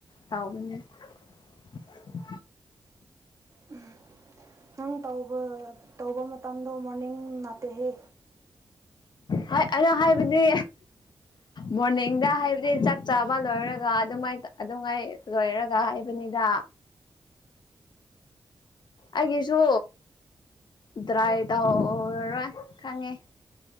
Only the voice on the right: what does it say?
ꯎꯝ ꯅꯪ ꯇ ꯇꯧꯕ ꯃꯇꯝꯗꯣ ꯃꯣꯔꯅꯤꯡ ꯅꯥꯇꯦꯍꯦ